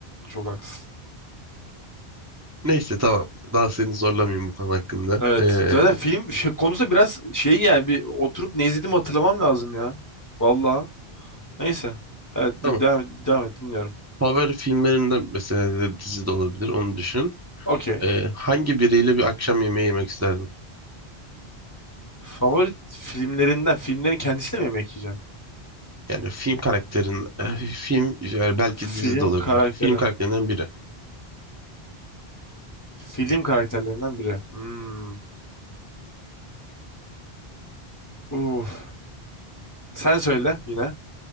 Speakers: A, on the left; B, on the right.
A: Çok haklısın.
B: Neyse tamam. Daha seni zorlamayayım bu konu hakkında.
A: Evet.
B: Eee,
A: Zaten film şey, konusu biraz şey yani bir oturup ne izlediğimi hatırlamam lazım ya. Valla. Neyse. Evet
B: tamam.
A: de- devam, devam et dinliyorum.
B: Favori filmlerinden mesela dizi de olabilir onu düşün.
A: Okey.
B: Ee, hangi biriyle bir akşam yemeği yemek isterdin?
A: Favori filmlerinden filmlerin kendisiyle mi yemek yiyeceğim?
B: Yani film karakterin, e, film yani belki
A: Film
B: dizi de olabilir.
A: karakteri.
B: Film karakterinden biri.
A: Film karakterlerinden biri. Hmm. Uf. Sen söyle yine.